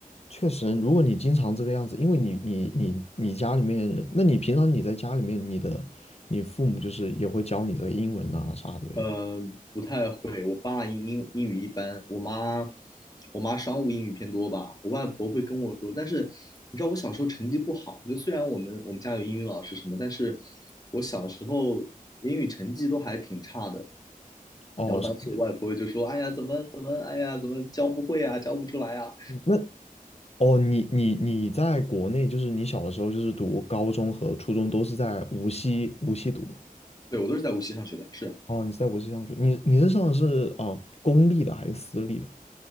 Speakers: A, on the left (about 45°); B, on the left (about 25°).
A: 确实，如果你经常这个样子，因为你你你你家里面人，那你平常你在家里面，你的你父母就是也会教你这个英文啊啥之类的。
B: 呃，不太会。我爸英英英语一般，我妈我妈商务英语偏多吧。我外婆会跟我说，但是你知道我小时候成绩不好，就虽然我们我们家有英语老师什么，但是我小时候英语成绩都还挺差的。
A: 哦，
B: 然后当时我外婆就说：
A: 是这样
B: “哎呀，怎么怎么，哎呀，怎么教不会啊，教不出来啊。”
A: 那哦，你你你在国内，就是你小的时候就是读高中和初中都是在无锡无锡读的。
B: 对，我都是在无锡上学的，是。
A: 哦，你是在无锡上学，你你是上的是啊、呃公立的还是私立的？